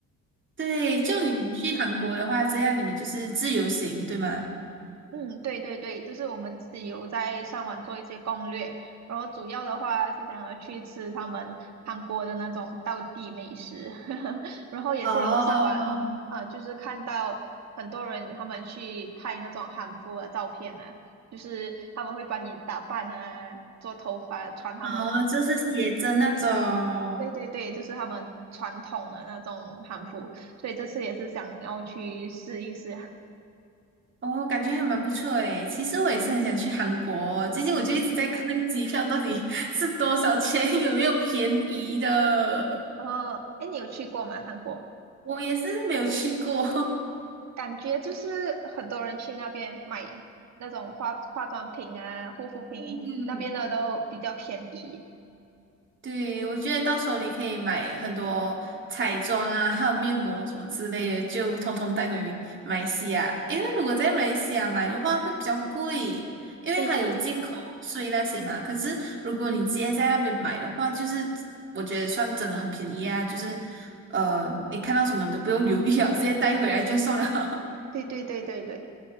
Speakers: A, on the right; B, on the right.
A: 对，就你们去韩国的话，这样你们就是自由行，对吗？
B: 嗯，对对对，就是我们自己有在上网做一些攻略，然后主要的话是想要去吃他们韩国的那种道地美食，<laughs> 然后也是有上网，
A: 哦，
B: 呃，就是看到很多人他们去拍那种韩服的照片嘛，就是他们会帮你打扮啊，做头发，穿他们，
A: 哦，就是写着那种，
B: 对对对，就是他们传统的那种韩服，所以这次也是想要去试一试。<laughs>
A: 哦，感觉还蛮不错诶。其实我也是很想去韩国，最近我就一直在看那个机票到底 <laughs> 是多少钱，有没有便宜的。
B: 嗯，然后，哎，你有去过吗？韩国？
A: 我也是没有去过，
B: 感觉就是很多人去那边买那种化化妆品啊、护肤品，
A: <laughs> 嗯，
B: 那边的都比较便宜。
A: 对，我觉得到时候你可以买很多彩妆啊，还有面膜什么之类的，就通通带回马来西亚。因为如果在马来西亚买的话会比较贵，因为它有进口税那些嘛。
B: 对对对
A: 可是如果你直接在那边买的话，就是我觉得算真的很便宜啊，就是呃，你看到什么你都不用犹豫了，直接带回来就算了。
B: 对对对对对。